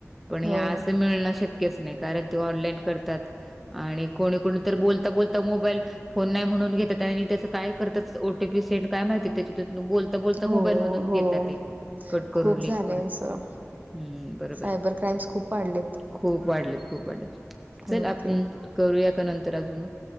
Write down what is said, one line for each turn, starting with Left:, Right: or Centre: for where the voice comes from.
Centre: पण हे
Right: हो,
Centre: असं मिळणं शक्यच नाही कारण ते ऑनलाईन करतात आणि कोणी कोणी तर बोलता बोलता मोबाईल फोन नाही म्हणून घेतात आणि त्याचं काय करता ओ टी पी सेंड काय माहिती त्याच्यात्यातून बोल बोलता
Right: हो,
Centre: मोबाईल मधून
Right: हो.
Centre: घेतात ते. कट करून
Right: खूप
Centre: लिंक
Right: झालंय
Centre: वरती
Right: असं.
Centre: हम्म बरोबर.
Right: सायबर क्राईम्स खूप वाढलेत.
Centre: खूप वाढलेत खूप वाढलेत चल
Right: ओके.
Centre: आपण करूया का नंतर अजून